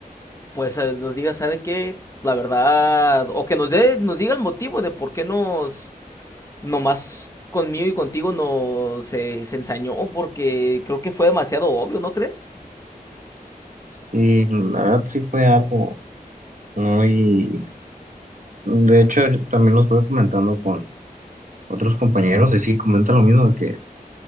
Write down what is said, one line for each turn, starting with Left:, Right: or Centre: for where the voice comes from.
Left: pues eh, nos diga, ¿sabe qué? La verdad, o que nos dé, nos diga el motivo de por qué nos nomás conmigo y contigo no se, se ensañó porque creo que fue demasiado obvio, ¿no crees?
Right: Y la verdad sí fue algo muy... De hecho, yo también lo estuve comentando con otros compañeros y sí, comentan lo mismo de que